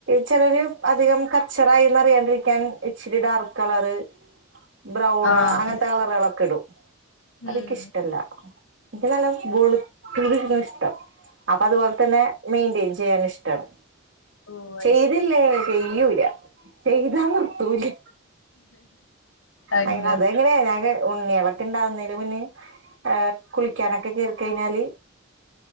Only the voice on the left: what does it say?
ആഹ്
ഉം
ഓ അത്
ശരി
അങ്ങനെ